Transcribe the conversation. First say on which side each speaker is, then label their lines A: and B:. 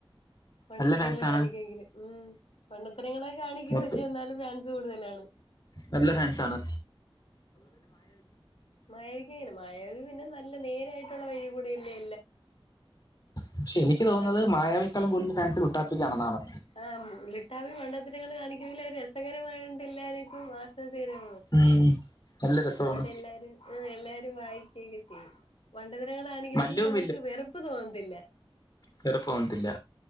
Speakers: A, on the left; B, on the left.
A: മണ്ടത്തരങ്ങൾ
B: നല്ല ഫാൻസാണ്
A: കാണിക്കെങ്കിൽ ഉ പണ്ട അത്തരങ്ങളെ കാണിക്കും
B: മൊത്തം
A: പക്ഷേ എന്നാലും ഫാൻസ് കൂടുതലാണ്
B: നല്ല ഫാൻസ ആാണ്
A: മയാവിക്ക് ഇങ്ങനെ മയാവി പിന്നെ നല്ല നേരായിട്ടുള്ള വഴി കൂടല്ലേ
B: പക്ഷെ എനിക്ക് തോന്നുന്നത്
A: പറ്റും
B: മായാവിക്കളും ഫാൻസ ലുട്ടാപ്പിക്കാണെന്നതാണ്
A: ആ ലുട്ടാപ്പി മണ്ടത്തരങ്ങൾ കാണിക്കുന്നൽര് രസകരമായണ്ട് എല്ലാരക്കും മാസ ര
B: ഉം നല്ല രസമാണ്
A: അതുകൊണ്ട് എല്ലാരും എല്ലാരും വായിക്കയൊക്കെ ചെയ്യും മണ്ടതനങ്ങളൾാണിക്കെങ്കിലും
B: മല്ലുവും
A: നമുക്ക് വെറുപ്പ് തോന്നത്തില്ല
B: വെറപ്പ വന്നത്തില്ല